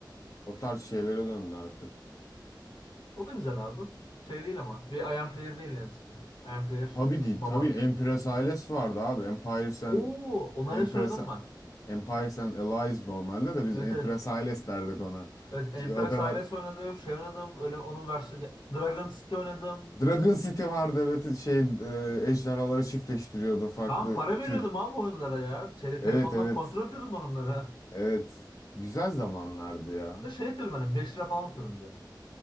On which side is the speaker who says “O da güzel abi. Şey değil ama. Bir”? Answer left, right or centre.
Left